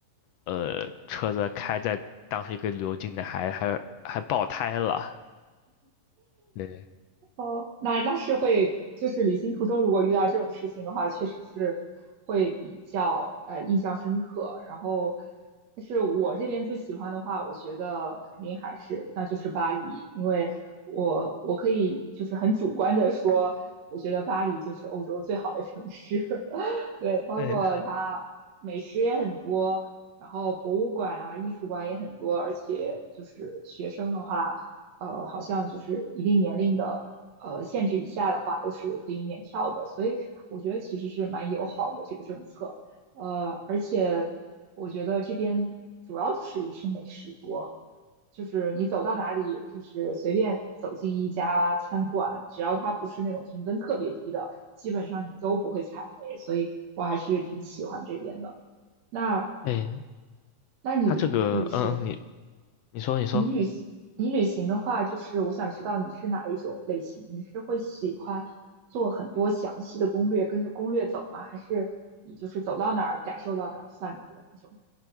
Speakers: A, on the left; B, on the right.
A: 呃，车子开在当时一个旅游景点还还还爆胎了。对，
B: 哦，那那是会，就是旅行途中如果遇到这种事情的话，确实是会比较呃印象深刻。然后，但是我这边最喜欢的话，我觉得肯定还是那就是巴黎，因为我我可以就是很主观的说，我觉得巴黎就是欧洲最好的城市。<laughs> 对，包括它美食也很多，
A: 哎
B: 然后博物馆啊、艺术馆也很多，而且就是学生的话。呃，好像就是一定年龄的呃限制以下的话，都是可以免票的。所以我觉得其实是蛮友好的这个政策。呃，而且我觉得这边主要就是也是美食多，就是你走到哪里，就是随便走进一家餐馆，只要它不是那种评分特别低的，基本上你都不会踩雷。所以我还是挺喜欢这边的。那
A: 哎，
B: 那你？
A: 他这个，
B: 旅行？
A: 嗯，嗯，你你说你说，
B: 你旅行，你旅行的话，就是我想知道你是哪一种类型，你是会喜欢做很多详细的攻略，跟着攻略走吗？还是你就是走到哪儿感受到哪儿算哪儿的那种？